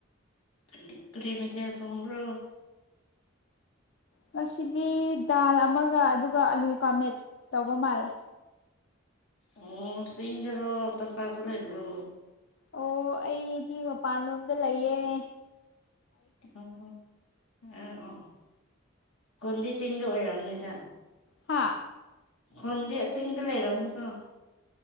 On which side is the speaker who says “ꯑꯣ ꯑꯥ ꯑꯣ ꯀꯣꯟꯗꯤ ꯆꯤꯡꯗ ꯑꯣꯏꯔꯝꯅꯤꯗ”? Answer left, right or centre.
Left